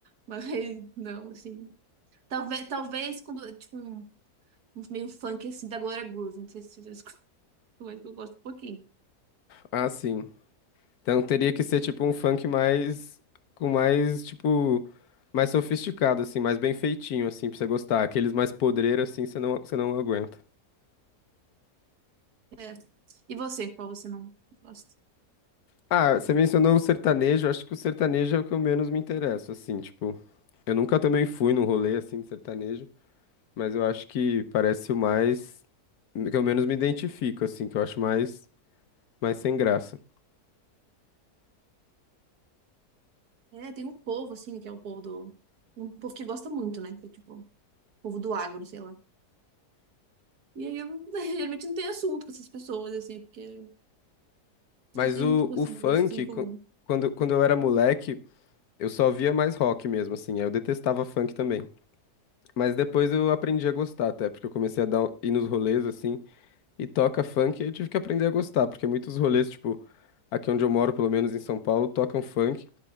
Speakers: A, on the right; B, on the left.
A: Mas não, assim. Talvez, talvez quando, tipo, um, um meio funk, assim, da Glória Groove. Não sei se você já escutou, <laughs> mas eu gosto um pouquinho.
B: Ah, sim. Então teria que ser tipo um funk mais com mais tipo mais sofisticado assim, mais bem feitinho assim pra você gostar. Aqueles mais podreiros assim, você não você não aguenta.
A: É. E você? Qual você não gosta?
B: Ah, você mencionou o sertanejo, acho que o sertanejo é o que eu menos me interesso assim, tipo, eu nunca também fui num rolê assim de sertanejo, mas eu acho que parece o mais que eu menos me identifico assim, que eu acho mais mais sem graça.
A: É, tem um povo, assim, que é o povo do... Um povo que gosta muito, né? Que é, tipo, o povo do agro, sei lá. E aí eu <laughs> geralmente não tenho assunto com essas pessoas, assim, porque
B: Mas
A: Não tem
B: o,
A: muito gosto,
B: o funk,
A: gosto em comum.
B: qu- quando, quando eu era moleque, eu só via mais rock mesmo, assim. aí Eu detestava funk também. Mas depois eu aprendi a gostar até, porque eu comecei a dar, ir nos rolês assim, e toca funk, e eu tive que aprender a gostar, porque muitos rolês, tipo, aqui onde eu moro, pelo menos em São Paulo, tocam funk,